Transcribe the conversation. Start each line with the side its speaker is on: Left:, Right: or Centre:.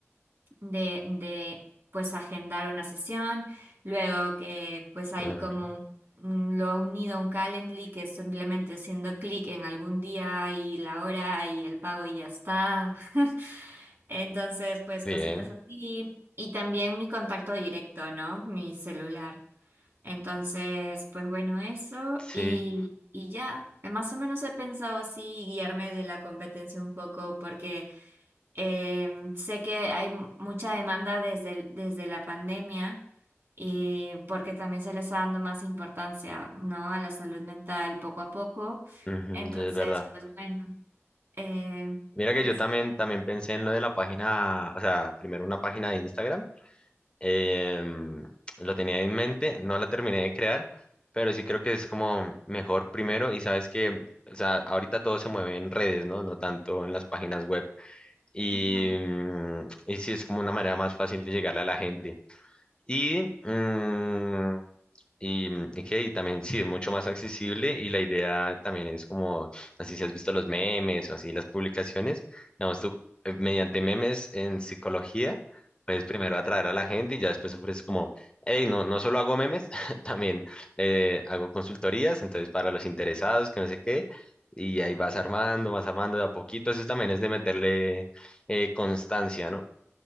Right: de, de pues agendar una sesión, luego que pues hay
Left: ujú.
Right: como un- un- lo ha unido a un Calendly que es simplemente haciendo clic en algún día y la hora y el pago y ya está. <laughs> Entonces, pues
Left: Bien,
Right: cositas así. Y también mi contacto directo, ¿no? Mi celular. Entonces, pues bueno, eso
Left: sí,
Right: y, y ya. Eh, Más o menos he pensado así guiarme de la competencia un poco porque em, sé que hay m- mucha demanda desde, el- desde la pandemia y porque también se le está dando más importancia, ¿no? a la salud mental poco a poco.
Left: ujú,
Right: Entonces,
Left: sí, es verdad.
Right: pues bueno, eh,
Left: Mira que
Right: as-
Left: yo también, también pensé en lo de la página, o sea, primero una página de Instagram. em, lo tenía en mente, no la terminé de crear, pero sí creo que es como mejor primero y sabes que, o sea, ahorita todo se mueve en redes, ¿no? No tanto en las páginas web. Y,
Right: ujú,
Left: mm, y sí es como una manera más fácil de llegarle a la gente. Y, mm, y, mm, y que y también sí, es mucho más accesible y la idea también es como, así si has visto los memes o así las publicaciones, digamos tú, eh, mediante memes en psicología, puedes primero atraer a la gente y ya después ofreces como, hey, no, no solo hago memes, <laughs> también eh, hago consultorías, entonces para los interesados, que no sé qué, y ahí vas armando, vas armando de a poquito, eso también es de meterle eh, constancia, ¿no?